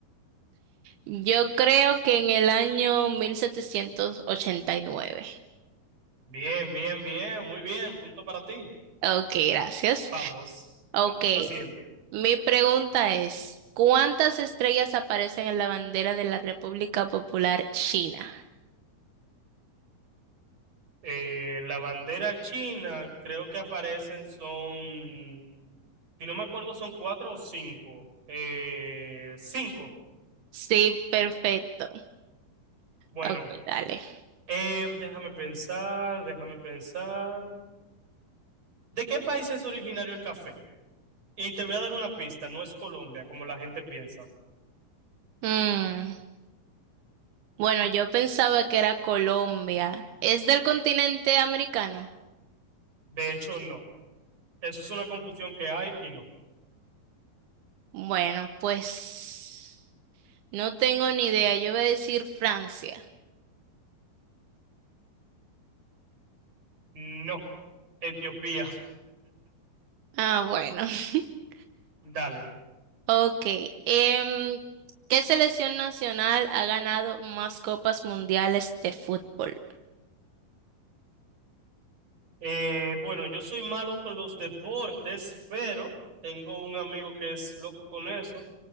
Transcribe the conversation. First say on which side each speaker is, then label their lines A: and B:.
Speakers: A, on the right; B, on the right.
A: yo creo que en el año 1789.
B: Bien, bien, bien, muy bien, punto para ti.
A: Ok, gracias.
B: Vamos
A: Ok,
B: a la siguiente.
A: mi pregunta es, ¿cuántas estrellas aparecen en la bandera de la República Popular China?
B: Eh, la bandera china, creo que aparecen son, si no me acuerdo, son cuatro o cinco. Eh, cinco.
A: Sí, perfecto.
B: Bueno,
A: Ok, dale.
B: eh, déjame pensar, déjame pensar. ¿De qué país es originario el café? Y te voy a dar una pista, no es Colombia como la gente piensa.
A: Mm, bueno, yo pensaba que era Colombia. ¿Es del continente americano?
B: De hecho, no. Eso es una confusión que hay y no.
A: Bueno, pues no tengo ni idea. Yo voy a decir Francia.
B: No, Etiopía,
A: Ah, bueno. <laughs>
B: <laughs> dale.
A: Ok. Em, ¿qué selección nacional ha ganado más copas mundiales de fútbol?
B: Eh, bueno, yo soy malo con los deportes, pero tengo un amigo que es loco con eso.